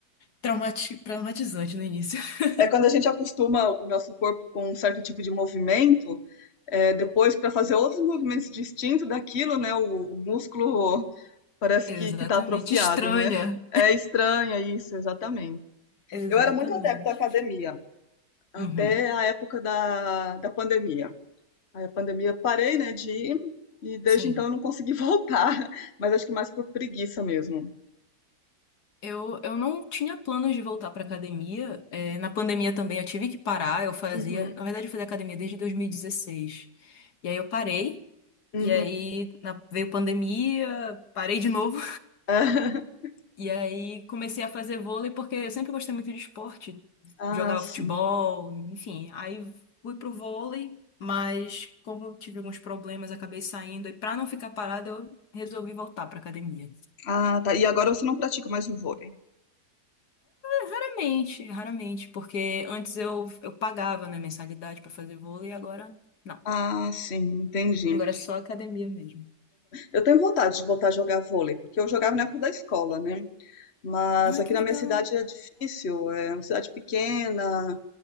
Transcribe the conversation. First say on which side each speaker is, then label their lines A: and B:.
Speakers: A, on the left; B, on the left.
A: traumati- traumatizante no início. <laughs>
B: é quando a gente acostuma o nosso corpo com um certo tipo de movimento, é, depois para fazer outros movimentos distintos daquilo, né? O, o músculo parece
A: Exatamente.
B: que, que está atrofiado,
A: Estranha.
B: né? É estranho isso, exatamente.
A: Exatamente.
B: Eu era muito adepta à academia, até
A: Uhum.
B: a época da, da pandemia. Aí a pandemia parei, né, de ir, e desde
A: Sim.
B: então eu não consegui voltar, <laughs> mas acho que mais por preguiça mesmo.
A: Eu, eu não tinha planos de voltar pra academia. É, na pandemia também eu tive que parar. Eu fazia,
B: Uhum,
A: na verdade, eu fazia academia desde 2016. E aí eu parei.
B: uhum.
A: E aí na- veio pandemia, parei de novo.
B: <laughs>
A: E aí comecei a fazer vôlei porque eu sempre gostei muito de esporte.
B: Ah,
A: Jogava
B: sim.
A: futebol, enfim. Aí fui pro vôlei, mas como eu tive alguns problemas, acabei saindo. E pra não ficar parada, eu resolvi voltar pra academia.
B: Ah, tá. E agora você não pratica mais o vôlei.
A: Raramente, raramente, porque antes eu, eu pagava, né, mensalidade pra fazer vôlei e agora não.
B: Ah, sim, entendi.
A: Agora é só academia mesmo.
B: Eu tenho vontade de voltar a jogar vôlei, porque eu jogava na época da escola, né? Mas
A: Ah,
B: aqui
A: que
B: na
A: legal.
B: minha cidade é difícil, é uma cidade pequena,